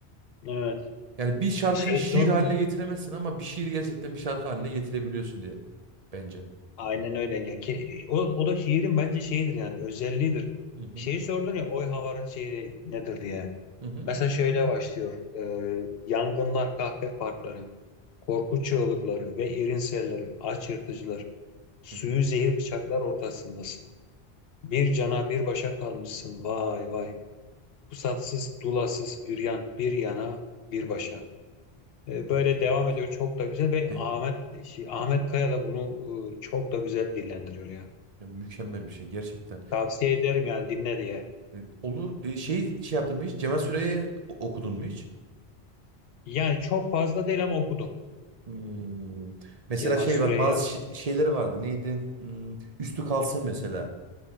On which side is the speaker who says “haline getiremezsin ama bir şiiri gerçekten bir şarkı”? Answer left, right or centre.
Right